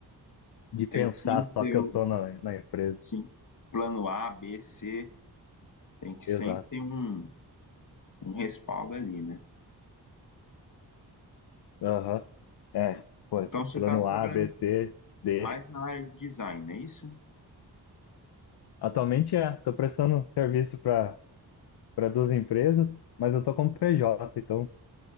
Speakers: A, on the left; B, on the left.
A: de
B: Tem
A: pensar
B: que sim
A: só
B: ter
A: que
B: o-
A: eu tô na, na empresa.
B: sim, plano A, B, C, tem que sempre
A: Exato.
B: ter um, um respaldo ali, né?
A: Aham. É, pô,
B: Então você
A: plano
B: está trabalhando
A: A, B, C, D.
B: mais na área de design, é isso?
A: Atualmente é, tô prestando serviço para para duas empresas, mas eu tô como PJ, então